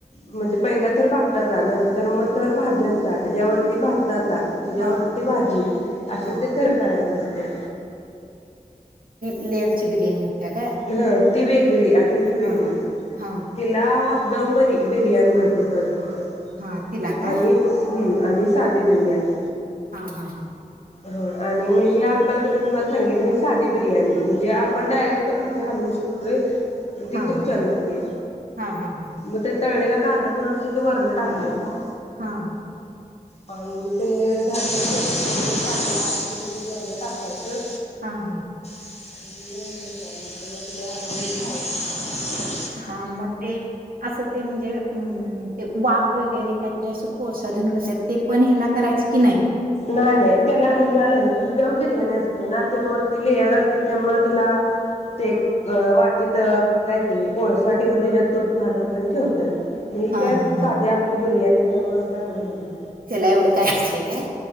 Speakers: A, on the left; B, on the right.
A: म्हणजे पहिला थर भाताचा नंतर मग थर भाज्यांचा त्याज्यावरती भा ताचा त्याज्यावर
B: हा
A: भाजी असे
B: हा
A: ते थर करायचं असत्यात.
B: लेयरची बिर्याणी. होत्या काय
A: ह ती वेगळी आणि ही वेगळी.
B: हा हा
A: तिला दम बर बिर्याणी म्हणत्यात वाटतं.
B: हा तिला काय?
A: आणि हं आणि साधी बिर्याणी.
B: हा हा हा.
A: हो आणि म्हणजे आपण मी तुम्हाला सांगितलं कणी साधी बिर्याणी, म्हणजे आपण डायरेक्ट भाजी हालवू शकतोय आणि ती
B: हा
A: खूप
B: हा
A: छान होतीया.
B: हा हा हा
A: मग ते तळलेला कांदा ते वरन टाकायचा.
B: हा.
A: आणि मग ते झाल की कांदा तेन वरण टाकायचं.
B: हा हा.
A: आणि <unintelligible>
B: हा मग ते असं ते म्हणजे अ ते वाफ वगैरे काहीतरी असं कोळसा तेन करत्यात, ते पण ह्याला करायचं? की नाही
A: नाही नाही त्याला ह्यला नाही, ती दम बिर्याणी अस ना त्यामुळे ति लेअर असते त्यामुळ तिला ते वाटीत काय ते कोळसा ठेऊन त्याच्यात तूप घालून कणी ठेवतात. ही
B: हा
A: काय
B: हा
A: साधी
B: हा
A: आपली बिर्याणी त्यामुळे का एवढ हे नाही.
B: त्याला एवढं काय नसतंय काय?